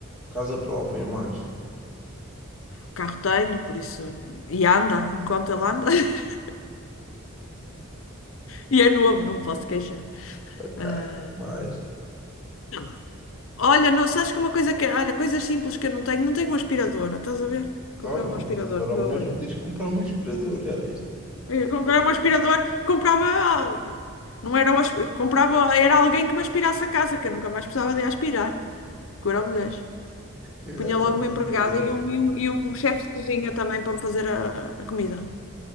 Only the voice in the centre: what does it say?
Casa própria, mais.
Ok,
mais.
Olha,
vai. Agora
ao
menos
podias comprar um aspirador, já viste?
Exatamente,
estás a
ver?